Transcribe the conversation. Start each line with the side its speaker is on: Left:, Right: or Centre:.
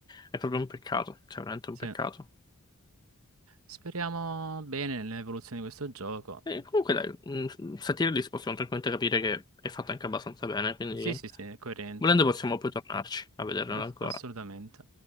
Left: è proprio un peccato, cioè veramente un
Right: sì.
Left: peccato.
Right: Speriamo bene nell'evoluzione di questo gioco.
Left: Eh, comunque dai, un Satirilis possiamo tranquillamente capire che è fatta anche abbastanza bene, quindi
Right: Sì, sì, sì, è coerente,
Left: volendo possiamo poi tornarci a vederla
Right: ass-
Left: ancora.
Right: assolutamente.